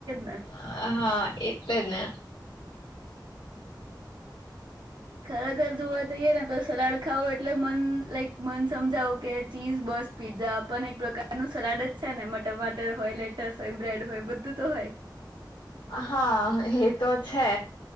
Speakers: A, on the right (about 70°); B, on the left (about 80°).
A: ને
B: હા, એ તને
A: ખરા ઘર જોવા જઈએ, ને તો સારા ખાવુ એટલે મન લાઈક મન સમજાવું કે ચીઝ બસ પીઝ્ઝા પણ એક પ્રકાર ન સલાડ જ છે, ને ટમાટર હોય, લેટસ હોય બ્રેડ હોય, બધું તો હોય
B: હા એ તો છે